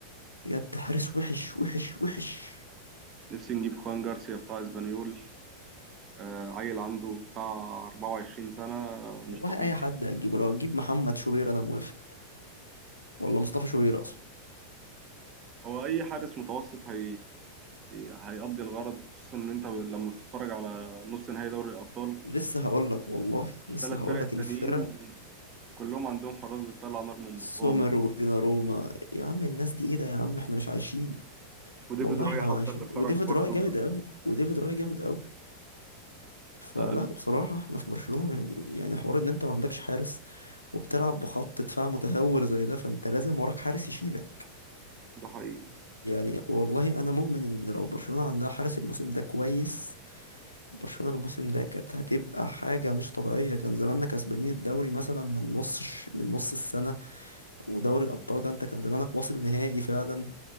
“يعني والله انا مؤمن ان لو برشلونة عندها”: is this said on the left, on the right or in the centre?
Left